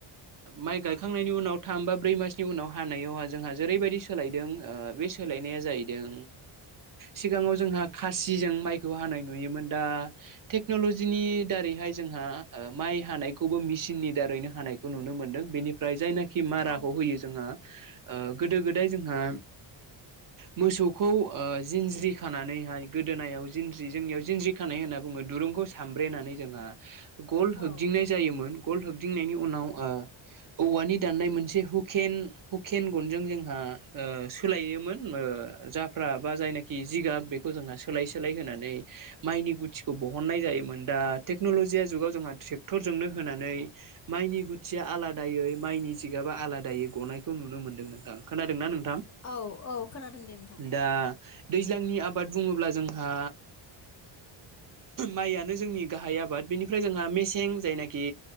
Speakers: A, on the right; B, on the left.
A: माइ गायखांनायनि उनाव थाम बा ब्रै मासनि उनाव हानायावहा जोंहा जेरैबायदि सोलायदों बे सोलायनाया जाहैदों सिगाङाव जोंहा खासिजों माइखौ हानाय नुयोमोन दा टेक्न'लजिनि दारैहाय जोंहा माइ हानायखौबो मिचिननि दारैनो हानायखौ नुनो मोनदों बेनिफ्राय जायनाखि माराखौ
B: औ
A: होयो जोंहा गोदो गोदाय जोंहा मोसौ खौ जिनज्रि खानानैहाय गोदोनायाव जिनज्रि जोंनियाव जिंनज्रि खानाय होनना बुङो दुरुंखौ साम ब्रेनानै जोंहा गल
B: औ
A: होगदिंनाय जायोमोन गल होबदिंनायनि उनाव औवानि दाननाय मोनसे हुकेन हुकेन गनजों जोंहा सोलायोमोन फ्रा बा जायनाखि जिगाब बेखौ जोंहा सोलाय सोलाय होनानै माइनि गुथिखौ बहननाय जायोमोन दा टेकनलजि जुगाव जोंहा ट्रेक्टर जनो होनानै माइनि गुथिया आलादायै मनि जिगाबा आलादायै गनायखौ नुनो मोनदों नोंथां खोनादों नों
B: औ औ खोनादों दे नोंथां
A: दा दैज्लांनि आबाद बुङोब्ला जोंहा माइयानो जोंनि गाहाय आबाद बेनिफ्राय जोंहा मेसें जायनाखि